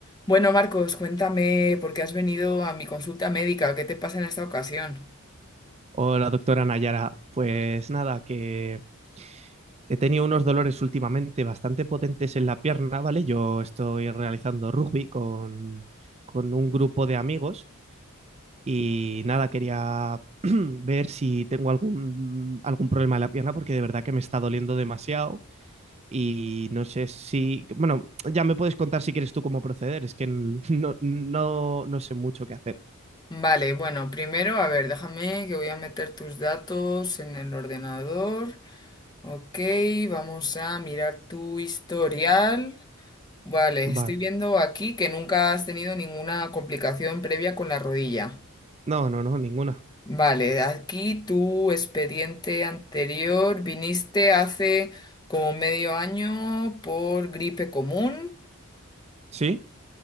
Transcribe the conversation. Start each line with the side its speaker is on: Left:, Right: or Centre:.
Left: Bueno, Marcos, cuéntame por qué has venido a mi consulta médica, qué te pasa en esta ocasión.
Right: Hola, doctora Nayara. Pues nada, que he tenido unos dolores últimamente bastante potentes en la pierna, ¿vale? Yo estoy realizando rugby con, con un grupo de amigos y nada, quería <clears throat> ver si tengo algún, algún problema en la pierna porque de verdad que me está doliendo demasiado y no sé si, bueno, ya me puedes contar si quieres tú cómo proceder, es que <laughs> no, no, no sé mucho qué hacer.
Left: Vale, bueno, primero, a ver, déjame que voy a meter tus datos en el ordenador. Ok, vamos a mirar tu historial. Vale, estoy
Right: Vale.
Left: viendo aquí que nunca has tenido ninguna complicación previa con la rodilla.
Right: No, no, no, ninguna.
Left: Vale, aquí tu expediente anterior, viniste hace como medio año por gripe común.
Right: ¿Sí?